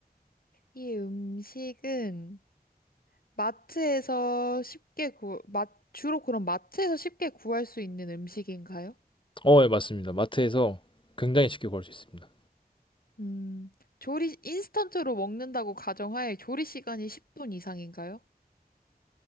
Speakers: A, on the left (about 65°); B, on the left (about 30°).
A: 이 음식은 마트에서 쉽게 구, 마, 주로 그럼 마트에서 쉽게 구할 수 있는 음식인가요?
B: 어, 예, 맞습니다. 마트에서 굉장히 쉽게 구할 수 있습니다.
A: 음, 조리, 인스턴트로 먹는다고 가정하에 조리 시간이 10분 이상인가요?